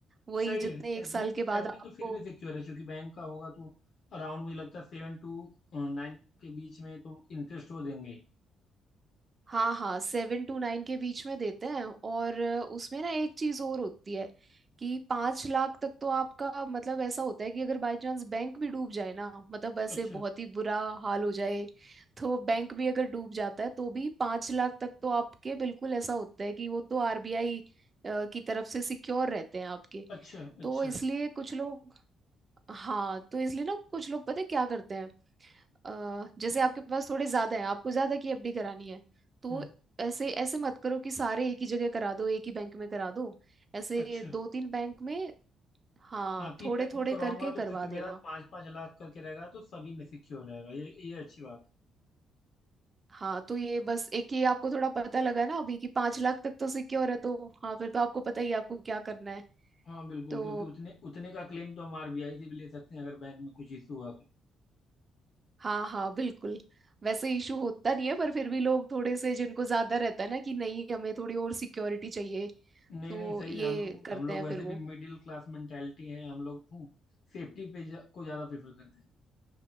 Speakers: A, on the right; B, on the left.
A: वही
B: सही
A: जितने
B: है
A: एक
B: एफडी
A: साल के
B: तो
A: बाद
B: एफडी
A: आपको
B: तो फिर भी सिक्योर है क्योंकि बैंक का होगा तो अराउंड मुझे लगता है सेवन टू नाइन के बीच में तो इंटरेस्ट वो देंगे ही।
A: हाँ हाँ सेवन टू नाइन के बीच में देते हैं और अ, उसमें ना एक चीज और होती है कि पांच लाख तक तो आपका मतलब ऐसा होता है कि अगर बाय चांस बैंक भी डूब जाए ना मतलब ऐसे
B: अच्छा
A: बहुत ही बुरा हाल हो जाए तो बैंक भी अगर डूब जाता है तो भी पांच लाख तक तो आपके बिल्कुल ऐसा होता है कि वो तो आरबीआई की तरफ से सिक्योर रहते हैं आपके
B: अच्छा
A: तो
B: अच्छा
A: इसलिए कुछ लोग हाँ तो इसलिए ना कुछ लोग पता है क्या करते हैं अ, जैसे आपके पास थोड़े ज्यादा है आपको ज्यादा की एफडी करानी है तो
B: हम्म
A: ऐसे ऐसे मत करो कि सारे एक ही जगह करा दो एक ही बैंक में करा दो ऐसे
B: अच्छा
A: दो तीन बैंक में हाँ
B: हाँ तीन
A: थोड़े
B: बैंक
A: थोड़े
B: में करवाऊंगा
A: करके
B: तो
A: करवा
B: क्योंकि मेरा
A: देना
B: पाँच पाँच लाख करके रहेगा तो सभी में सिक्योर रहेगा ये ये अच्छी बात
A: हाँ तो ये बस एक ही आपको थोड़ा पता लगा ना अभी कि पांच लाख तक तो सिक्योर है तो हाँ फिर तो आपको पता ही है आपको क्या करना है
B: हाँ बिल्कुल
A: तो
B: क्योंकि उतने उतने का क्लेम तो हम आरबीआई से भी ले सकते हैं अगर बैंक में कुछ इशू हुआ तो
A: हाँ हाँ बिल्कुल वैसे इशू होता नहीं है पर फिर भी लोग थोड़े से जिनको ज्यादा रहता है ना कि नहीं हमें थोड़ी और सिक्योरिटी चाहिए
B: नहीं
A: तो
B: नहीं सही
A: ये
B: है हम लोग
A: करते
B: हम लोग
A: हैं
B: वैसे
A: फिर वो
B: भी मिडिल क्लास मेंटेलिटी है हम लोग सेफ्टी पे जा, को ज़्यादा प्रेफर करते हैं